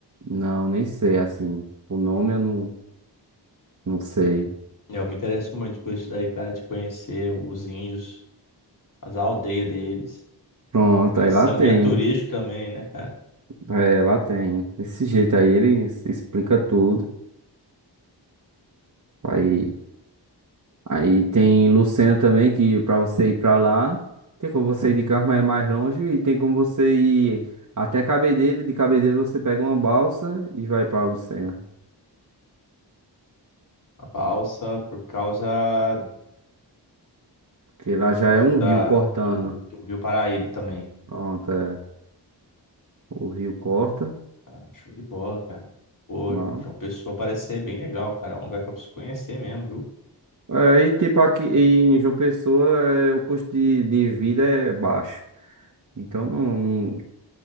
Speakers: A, on the right; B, on the left.
A: não, nem sei, assim. O nome eu não, não sei.
B: Eu me interesso muito por isso daí, cara, de conhecer os índios, as aldeias deles.
A: Pronto,
B: Eles
A: aí lá
B: são
A: tem.
B: guia turístico também, né, cara?
A: É, lá tem. Desse jeito aí eles explica tudo. Aí, aí tem Lucena também, que pra você ir pra lá, tem como você ir de carro, mas é mais longe. E tem como você ir até Cabedelo. De Cabedelo você pega uma balsa e vai pra Lucena.
B: A balsa, por causa
A: Que lá
B: por
A: já
B: causa
A: é um
B: da,
A: rio cortando.
B: do, do Rio Paraíba também.
A: Pronto, é. O rio corta
B: Ah, show de bola, cara. Pô,
A: lá.
B: João Pessoa parece ser bem legal, cara. É um lugar que eu preciso conhecer mesmo, viu?
A: É, e tipo aqui em João Pessoa, é, o custo de, de vida é baixo. Então não, não-